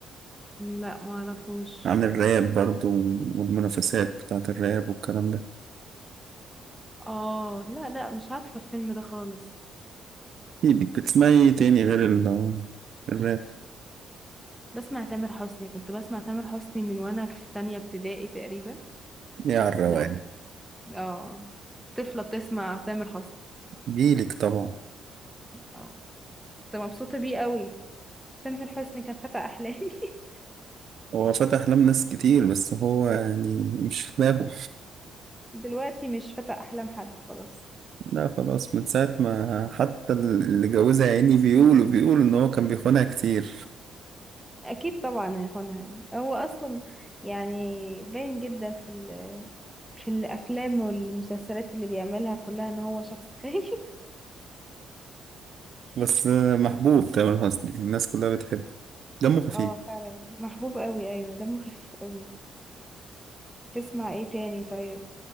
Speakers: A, in the centre; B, on the right.
A: لأ معرفوش
B: عن الراب برضو والمنافسات بتاعه الراب والكلام ده
A: آه لأ لأ مش عارفة الفيلم ده خالص
B: ايدك بتسمعي إيه تاني غير ال- الراب
A: بسمع تامر حسني كنت بسمع تامر حسني من وأنا في تانية ابتدائي تقريبا
B: يا على الروقان
A: لأ آه طفلة بتسمع تامر حسني
B: جيلك طبعا
A: آه كنت مبسوطة بيه قوي تامر حسني كان فتى أحلامي <laughs>
B: هو فتح أحلام ناس كتير بس هو يعني مش في دماغه
A: دلوقتي مش فتى احلام حد خلاص
B: لا خلاص من ساعة ما حتى اللي جوزها يا عيني بيقولوا بيقولوا إن هو كان بيخونها كتير
A: اكيد طبعا هيخونها يعني هو اصلا يعني باين جدا في ال... في الافلام والمسلسلات اللي بيعملها كلها ان هو شخص <laughs> خايف
B: بس آه، محبوب تامر حسني الناس كلها بتحبه دمه خفيف
A: اه فعلا محبوب قوي ايوه دمه خفيف قوي بتسمع ايه تاني طيب